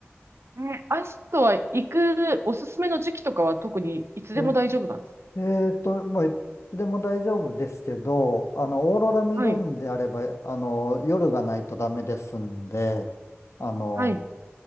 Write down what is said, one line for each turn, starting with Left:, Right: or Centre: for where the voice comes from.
Right: え、アイスとは行くおすすめの時期とかは特にいつでも大丈夫なんですか
Left: ええっと、まあ、いつでも大丈夫ですけど、あの、オーロラ見るんであれば、
Right: はい。
Left: あの、夜がないとダメですんで、あの、
Right: はい。